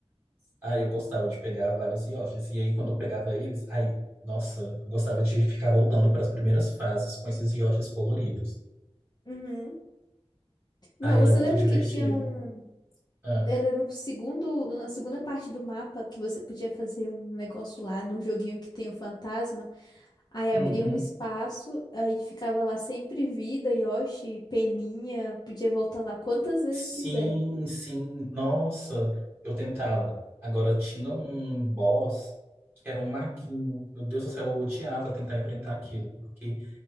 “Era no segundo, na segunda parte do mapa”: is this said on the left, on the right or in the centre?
Left